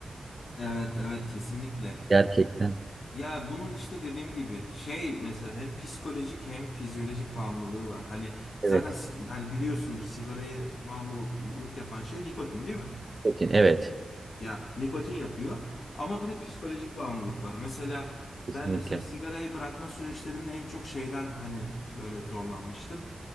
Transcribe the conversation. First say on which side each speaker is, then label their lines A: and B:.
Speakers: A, on the left; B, on the right.
A: Evet, evet kesinlikle.
B: Gerçekten.
A: Ya bunun işte dediğim gibi şey mesela hem psikolojik hem fizyolojik bağımlılığı var. Hani zaten
B: Evet.
A: si- hani biliyorsundur sigarayı bağımlılık yapan şey nikotin değil mi?
B: Nikotin, Evet.
A: Ya nikotin yapıyor ama bir de psikolojik bağımlılık var. Mesela
B: Kesinlikle.
A: ben mesela sigarayı bırakma süreçlerimde en çok şeyden hani böyle zorlanmıştım.